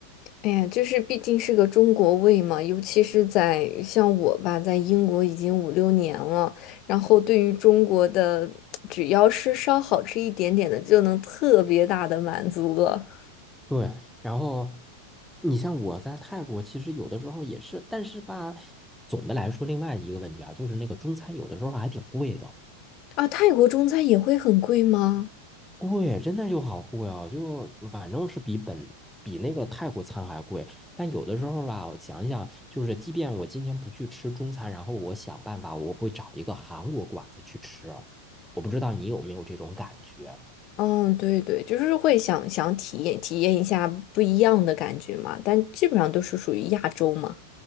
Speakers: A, on the left; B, in the centre.
A: 哎呀，就是毕竟是个中国胃嘛，尤其是在像我吧，在英国已经五六年了，然后对于中国的，只要是稍好吃一点点的，就能特别大的满足了。
B: 对，然后你像我在泰国，其实有的时候也是，但是吧，总的来说，另外一个问题啊，就是那个中餐有的时候还挺贵的。
A: 啊，泰国中餐也会很贵吗？
B: 贵，真的就好贵哦，就反正是比本比那个泰国餐还贵。但有的时候吧，我想一想，就是即便我今天不去吃中餐，然后我想办法，我会找一个韩国馆子去吃啊。我不知道你有没有这种感觉。
A: 嗯，对对，就是会想想体验体验一下不一样的感觉嘛，但基本上都是属于亚洲嘛。